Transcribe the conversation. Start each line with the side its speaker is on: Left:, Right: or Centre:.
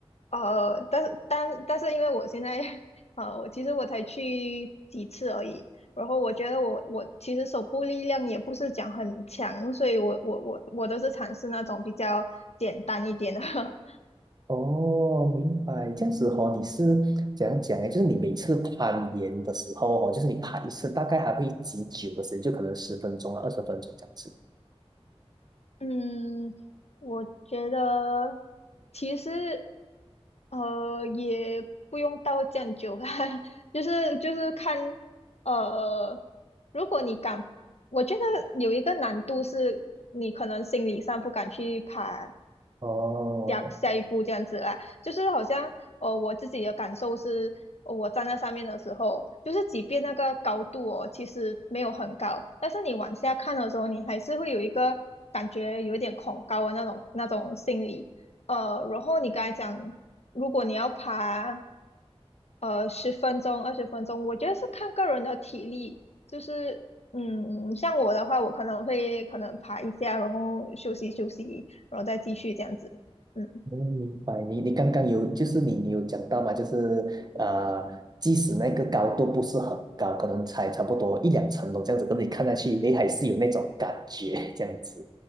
Left: 呃，但但但是因为我现在 <laughs> 呃，我其实我才去几次而已。然后我觉得我我其实手部力量也不是讲很强，所以我我我我都是尝试那种比较简单一点的。<laughs>
Right: 哦，明白。这样子哦，你是怎样讲呢？就是你每次攀岩的时候哦，就是你爬一次，大概还会几久的时间？就可能十分钟啊，二十分钟这样子。
Left: 嗯，我觉得其实呃也不用到这样久啦，<laughs> 就是就是看呃，如果你敢，我觉得有一个难度是你可能心理上不敢去爬
Right: 哦
Left: 下下一步这样子啦。就是好像呃我自己的感受是，呃我站在上面的时候，就是即便那个高度哦其实没有很高，但是你往下看的时候，你还是会有一个感觉有一点恐高的那种那种心理。呃，然后你刚才讲，如果你要爬呃十分钟、二十分钟，我觉得是看个人的体力。就是嗯，像我的话，我可能会可能爬一下，然后休息休息，然后再继续这样子。嗯。
Right: 嗯，明白。你你刚刚有，就是你你有讲到嘛，就是呃，即使那个高度不是很高，可能才差不多一两层楼这样子，可是你看下去，诶，还是有那种感觉这样子。